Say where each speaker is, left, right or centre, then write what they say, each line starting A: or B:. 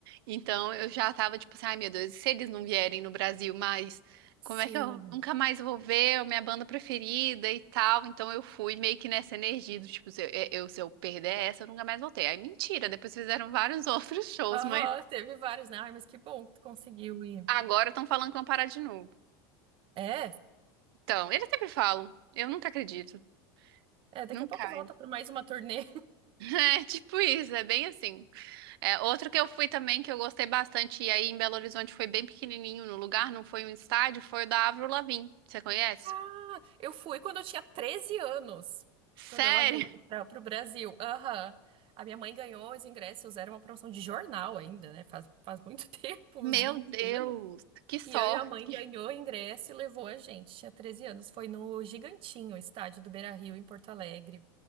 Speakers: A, on the right; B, on the right.
A: Então eu já tava tipo assim, ai meu Deus, e se eles não vierem no Brasil mais,
B: Sim.
A: como é que eu nunca mais vou ver a minha banda preferida e tal? Então eu fui meio que nessa energia do tipo, se eu, eu- se eu perder essa, eu nunca mais voltei. Aí mentira, depois fizeram vários <laughs> outros shows,
B: Aham,
A: mas
B: teve vários, né? Ai, mas que bom que tu conseguiu ir.
A: agora estão falando que vão parar de novo.
B: É,
A: Então, eles sempre falam. Eu nunca acredito.
B: é, daqui
A: Nunca.
B: a pouco volta para mais uma turnê.
A: É tipo isso, é bem assim. É, outro que eu fui também, que eu gostei bastante, e aí em Belo Horizonte foi bem pequenininho no lugar, não foi um estádio, foi o da Avril Lavigne. Você conhece?
B: Ah, eu fui quando eu tinha 13 anos,
A: Sério?
B: quando ela veio para o Brasil. Aham. A minha mãe ganhou os ingressos, era uma promoção de jornal ainda, né? Faz, faz muito <laughs> tempo,
A: <laughs>
B: uns
A: Meu
B: vinte
A: Deus,
B: anos.
A: que sorte.
B: E a minha mãe ganhou o ingresso e levou a gente. Tinha 13 anos. Foi no Gigantinho, estádio do Beira-Rio, em Porto Alegre.